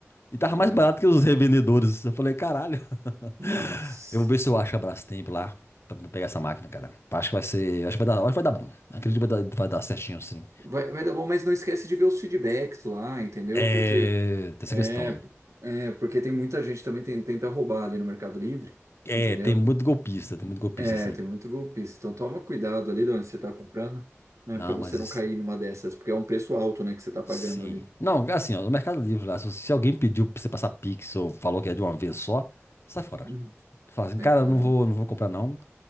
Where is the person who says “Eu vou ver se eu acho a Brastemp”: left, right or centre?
Left